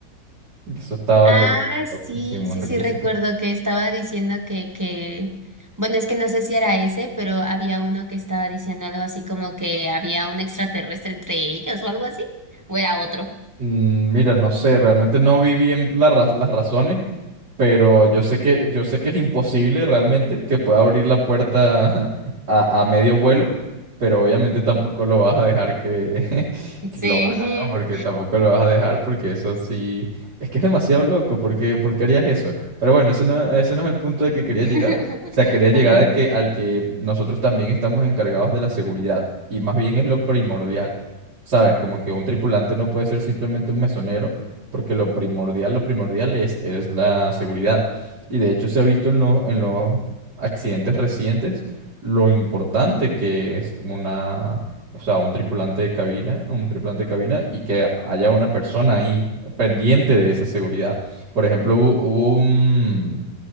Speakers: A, on the right; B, on the right.
A: Eso estaba
B: Ah,
A: lo-
B: sí,
A: loquísimo,
B: sí,
A: loquísimo.
B: sí, recuerdo que estaba diciendo que, que, bueno, es que no sé si era ese, pero había uno que estaba diciendo algo así como que había un extraterrestre entre ellos o algo así, o era otro.
A: Mm, Mira, no sé, realmente no vi bien la ra- las razones, pero yo sé que, yo sé que es imposible realmente que pueda abrir la puerta <laughs> a, a medio vuelo, pero obviamente tampoco lo vas a dejar que, <laughs> que
B: Sí.
A: lo haga, ¿no? Porque tampoco lo vas a dejar, porque eso sí, es que es demasiado loco, porque, ¿por qué harías eso? Pero bueno, ese no, ese no es el punto de que quería
B: <laughs>
A: llegar. O sea, quería llegar
B: Ajá,
A: a que, al que nosotros también estamos encargados de la seguridad, y más bien es lo primordial. ¿Sabes? Como que un tripulante no puede ser simplemente un mesonero, porque lo primordial, lo primordial es, es la seguridad. Y de hecho se ha visto en los, en los accidentes recientes lo importante que es una, o sea, un tripulante de cabina, un tripulante de cabina y que haya una persona ahí pendiente de esa seguridad. Por ejemplo, hubo, hubo un,